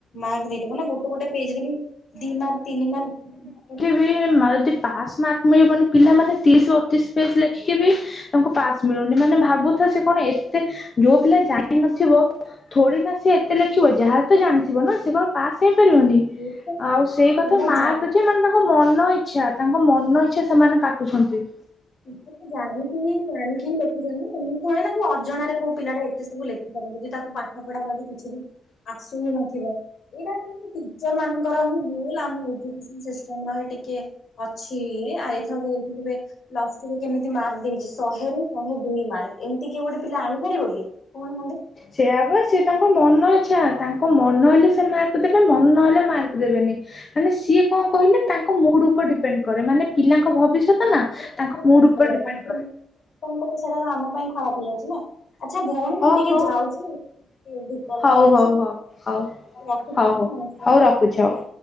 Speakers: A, on the left (about 65°); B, on the left (about 40°).
A: ମାର୍କ ଦେଇଦବ ନା ଗୋଟେ। ଗୋଟେ ପେଜରେ ବି ଦି ମାର୍କ ତିନି ମାର୍କ।
B: ମି ପାସ୍ ମାର୍କ। ମିଳିବନି ପିଲାମାନୋନେ ତିରିଶ ବତିଶ ପେଜ ଲେଖିକି ବି ତାଙ୍କୁ ପାସ୍ ମିଳୁନି ମାନେ ଭାବୁଥା ସେ କଣ ଏତେ। ଯୋଉ ପିଲା ଜାଣିିନଥିବ। ଥୋଡି ନା ସେ ଏତେ ଲେଖିବ ଯାହା ତ ଜାଣିଥିବ ନା ସେ କଣ ପାସ୍ ହେଇପାରିବନି।
A: ସିଏ ତ
B: ଆଉ ସେଇ କଥା
A: ପିଲା
B: ମା।
A: ଜା
B: ସେ ମାନେ ତାଙ୍କ ମନ ଇଚ୍ଛା ତାଙ୍କ ମନ ଇଚ୍ଛା ସେମାନେ କାଟୁଛନ୍ତି।
A: <inaudible> ଜାଣିଶୁଣି ଜାନିକି ଲେଖୁଛନ୍ତି ଏମିତି ଥୋଡି ନା ଯେ ଅଜଣାରେ କୋଉ ପିଲାଟା ଏତେ ସବୁ ଲେଖିପାରିବ ଯଦି ତାକୁ ପା ପାଠ ପଡା ଯଦି କିଛି ବି ଆସୁ ହିଁ ନଥିବ। ଏଇଟା ମାନେ ଟିଚର ମାନଙ୍କର ହିଁ ଭୁଲ ଆମ ଏଜୁକେସନ ସିଷ୍ଟମ ର ହିଁ ଟିକେ। ଅଛି ଆଉ ଏଥରକ ଏଠି କେବେ। ପ୍ଲସ୍ ଟୁରେ କେମିତି ମାର୍କ ଦେଇଛି ଶେରୁ ଶହେ ଦୁଇ ମାର୍କ ଏମିତି କି ଗୋଟେ ପିଲା ଆଣିପାରିବ କି କଣ ମନ୍ତି।
B: ସେୟାବା ସେ ତାଙ୍କ ମନ ଇଚ୍ଛା ତାଙ୍କ ମନ ହେଲେ ସେ ମାର୍କ ଦେବେ ମନ ନହେଲେ ମାର୍କ ଦେବେନି। ମାନେ ସିଏ କଣ କହିଲେ ତାଙ୍କ ମୁଡ ଉପରେ ଡିପେଣ୍ଡ କରେ ମାନେ ପିଲାଙ୍କ ଭବିଷ୍ୟ ଷ୍ୟତ
A: ଭଲ
B: ତାଙ୍କ ମୁଡ ଉପରେ ଡିପେଣ୍ଡ
A: ତାଙ୍କୁ
B: କରେ।
A: କଣ କହଲେ ସେଟା ତ ଆମ ପାଇଁ ଖରାପ ହେଇଯାଉଛି ନା ଆଚ୍ଛା ଭଉଣୀ ମୁଁ
B: ଓ
A: ଟିକେ
B: ହଉ
A: ଯାଉଛି। ଧୂପ ଦେବାର
B: ହଉ
A: ଅଛି
B: ହଉ ହଉ ହଉ
A: ରଖୁ
B: ହଉ ହଉ
A: ନମସ୍କାର।
B: ହଉ ରଖୁଛି ହଉ।